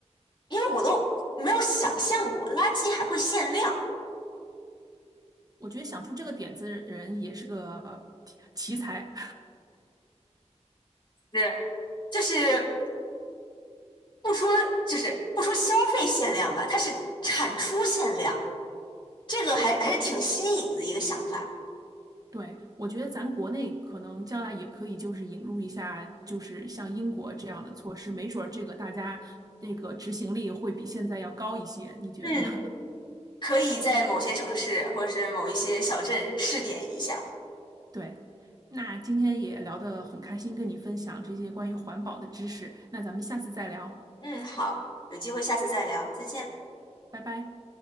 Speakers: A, on the left; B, on the right.
A: 因为我都没有想象过垃圾还会限量，
B: 我觉得想出这个点子的人也是个奇才。
A: 是就是不说就是不说消费限量吧，它是产出限量，这个还还是挺新颖的一个想法。
B: <laughs> 对，我觉得咱国内可能将来也可以，就是引入一下，就是像英国这样的措施，没准儿这个大家那个执行力会比现在要高一些，你觉得呢？
A: 嗯，可以在某些城市或者是某一些小镇试点一下。
B: <laughs> 对，那今天也聊得很开心，跟你分享这些关于环保的知识，那咱们下次再聊，
A: 嗯，好，有机会下次再聊，再见。
B: 拜拜。